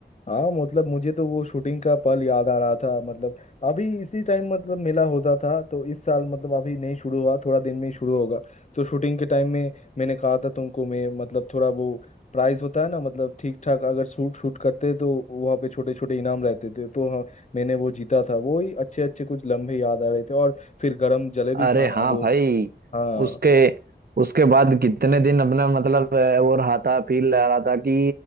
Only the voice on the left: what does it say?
हाँ मतलब मुझे तो वो शूटिंग का पल याद आ रहा था मतलब अभी इसी टाइम मतलब मेला होता था तो इस साल मतलब अभी नहीं शुरू हुआ थोड़ा दिन में ही शुरू होगा तो शूटिंग के टाइम में मैंने कहा था तुमको मैं मतलब थोड़ा वो प्राइज होता है ना मतलब ठीक ठाक अगर शूट शूट करते तो वहाँ पे छोटे छोटे इनाम रहते थे तो हाँ मैंने वो जीता था वो ही अच्छे अच्छे कुछ लम्हे याद आ रहे थे और फिर गरम जलेबी
खाना
वो
हाँ